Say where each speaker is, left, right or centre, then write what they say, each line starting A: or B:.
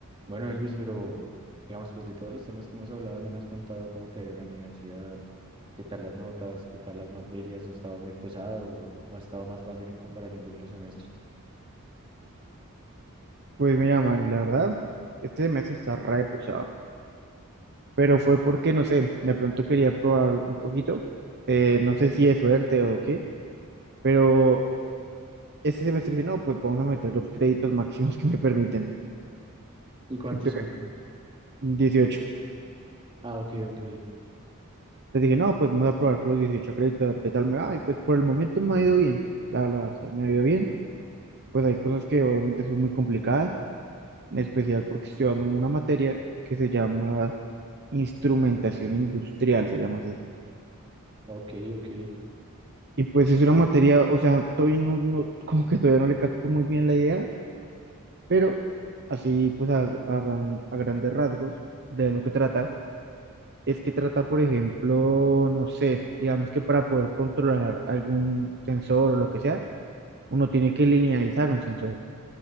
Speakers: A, on the right; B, on the right.
A: Bueno, Elvis, pero digamos, pues de todos los temas que hemos hablado, no me has contado cómo te ha ido en la universidad, qué tal las notas, qué tal las materias, ha estado muy pesado o o ha estado más fácil en comparación de otros semestres.
B: Pues mira, Manny, la verdad, este semestre está re pesado, pero fue porque, no sé, de pronto quería probar un poquito, eh, no sé si es suerte o qué, pero este semestre dije, no, pues vamos a meter los créditos máximos que me permiten,
A: ¿Y cuántos
B: entonces,
A: son?
B: 18.
A: Ah, ok, ok,
B: Entonces dije, no, pues vamos a probar con los 18 créditos, a ver qué tal me va, y pues por el momento me ha ido bien, la verdad, o sea, me ha ido bien, pues hay cosas que obviamente son muy complicadas, en especial porque estoy dando una materia que se llama instrumentación industrial, se llama así.
A: ok, ok.
B: Y pues es una materia, o sea, todavía no, no- como que todavía no le capto muy bien la idea, pero así pues a, a gran- a grandes rasgos de lo que trata, es que trata, por ejemplo, no sé, digamos que para poder controlar algún sensor o lo que sea, uno tiene que linealizar un sensor.